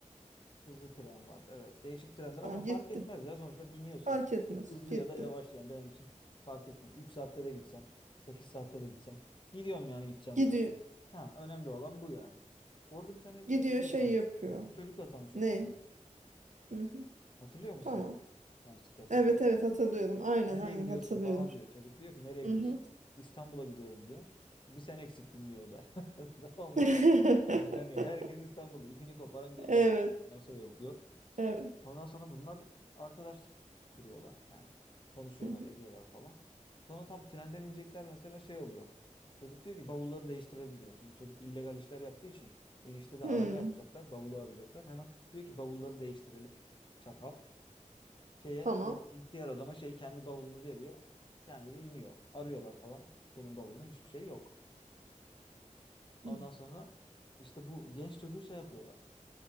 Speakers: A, on the left; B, on the right.
A: Hızlı tren var. Evet. Değişik trenler
B: Tamam
A: ama fark
B: gitti.
A: etmez ya. Sonuçta biniyorsun.
B: Fark
A: tren.
B: etmez.
A: Hızlı
B: Gitti.
A: ya da yavaş yani benim için fark etmez. 3 saatte de gitsem, 8 saatte de gitsem. Gidiyorum yani gideceğim
B: Gidiyor.
A: yere. Ha, önemli olan bu yani. Orada bir tane
B: Gidiyor
A: şeyle
B: şey
A: tanışıyorum.
B: yapıyor.
A: Bir çocukla tanışıyorlar
B: Ne?
A: trende.
B: Hı hı.
A: Hatırlıyor musun
B: Tamam.
A: onu? Tanıştıkları sahne.
B: Evet evet hatırlıyorum.
A: İşte,
B: Aynen
A: nereye
B: aynen
A: gidiyorsun
B: hatırlıyorum.
A: falan diyor. Çocuk diyor ki nereye
B: Hı
A: gidiyorsun?
B: hı.
A: İstanbul'a gidiyorum diyor. Bir sen eksiktin diyor o da. <laughs> Tamam
B: <laughs>
A: mı? Yani hani herkes İstanbul'da ipini koparan geliyor.
B: Evet.
A: diyorsun. Ben şey yapıyor.
B: Evet.
A: Ondan sonra bunlar arkadaşlık kuruyorlar yani. Konuşuyorlar,
B: Hı hı.
A: ediyorlar falan. Sonra tam trenden inecekler mesela şey oluyor. Çocuk diyor ki bavulları değiştirelim diyor. Şimdi çocuk illegal işler yaptığı için inişte de
B: Hı.
A: arama yapacaklar, bavulu arayacaklar. Hemen diyor ki bavulları değiştirelim. Çakal şeye
B: Tamam.
A: i- ihtiyar adama şey kendi bavulunu veriyor. Kendi de iniyor. Arıyorlar falan. Bunun bavulunda hiçbir şey yok. Ondan
B: Hı.
A: sonra işte bu genç çocuğu şey yapıyorlar.